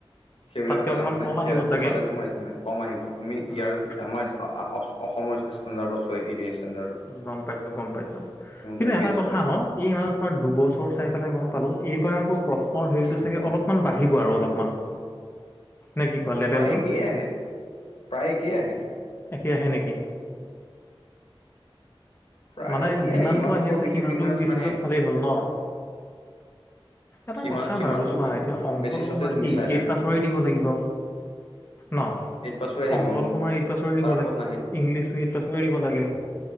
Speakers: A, on the left; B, on the left.
A: সেইবিলাক
B: তাতকে
A: চাই
B: অকমান
A: লাভ নাই
B: কম
A: সেয়া
B: আহিব চাগে
A: চালে তোমাৰ একো নাই। কম আহিব তুমি ইয়াৰ
B: উম
A: আমাৰ অসমৰ ষ্টেণ্ডাৰ্ডত চোৱা এডিয়াৰি ষ্টেণ্ডাৰ্ডত।
B: গম পাইছোঁ গম পাইছোঁ
A: মতে
B: কিন্তু এটা
A: বেষ্ট
B: কথা
A: হয়
B: ন। এই মানৰ তোমাৰ দুবছৰ চাই পেলাই গম পালোঁ এইবাৰ আকৌ- প্ৰশ্নৰ হেৰিটো
A: উম,
B: চাগে
A: উম,
B: অলপমান বাঢ়িব আৰু অলপমান।
A: উম।
B: নে কি কোৱা লেভেলটো
A: প্ৰায় একেই আহে, প্ৰায় একেই আহে।
B: একে আহে নেকি?
A: প্ৰায়
B: মানে
A: একেই
B: যিমানটো
A: আহে ইমানো
B: আহি
A: বৰ
B: আছে
A: বিশেষ
B: সিমানটো
A: ডিফাৰেঞ্চ
B: বেচিছত
A: নাহে
B: চালেই হ'ল ন। এটা
A: সিমান
B: কথা
A: সিমানটো
B: বাৰু চোৱা এতিয়া অংকটো
A: বেচিছতে
B: তোমাৰ
A: তুমি
B: কি
A: চাই থাকা
B: এইট পাছৰেই দিব লাগিব। ন
A: এইট পাছৰে আহিব
B: অংকটো তোমাৰ এইট পাছৰে দিব
A: তাৰ ওপৰত
B: লাগিল
A: নাহে
B: ইংলিছো এইট- পাছৰে লাগিল